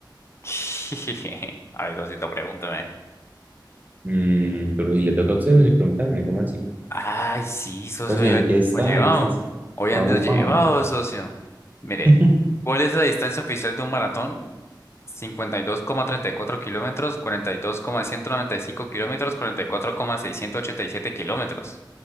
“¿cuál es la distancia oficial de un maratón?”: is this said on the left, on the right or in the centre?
Left